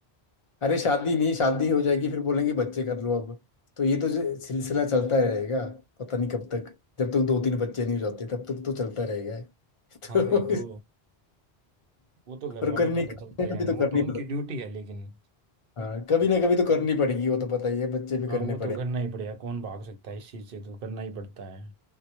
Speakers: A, on the left; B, on the right.
A: अरे शादी नहीं शादी हो जाएगी फिर बोलेंगे बच्चे कर लो अब तो ये तो जो सिलसिला चलता रहेगा पता नहीं कब तक जब तक दो तीन बच्चे नहीं हो जाते तब तक तो चलता रहेगा <laughs> तो
B: हाँ वही तो वो तो घर
A: पर
B: वालों
A: करनी
B: का तो
A: कभी
B: चलता
A: ना
B: ही रहना
A: कभी तो
B: वो
A: करनी
B: तो उनकी
A: पड़ेगी
B: ड्यूटी है लेकिन
A: हाँ कभी ना कभी तो करनी पड़ेगी वो तो पता ही है बच्चे भी
B: हाँ
A: करने
B: वो
A: पड़े।
B: तो करना ही पड़ेगा कौन भाग सकता है इस चीज से तो करना ही पड़ता है